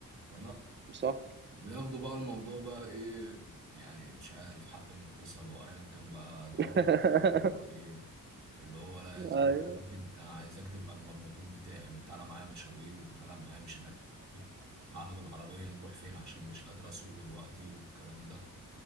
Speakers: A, on the right; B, on the right.
A: فلا
B: صح
A: بياخدوا بقى الموضوع بقى ايه يعني مش عارف حق مكتسب او ايا كان بقى دماغه
B: <laughs>
A: ايه اللي هو لا يا زميلي
B: ايوه
A: ممكن انا عايزك تبقى المرمطون بتاعي تعالى معايا مشاويري وتعالى معايا مش عارف إيه. تعالى بالعربية نروح فين عشان مش قادر أسوق دلوقتي والكلام ده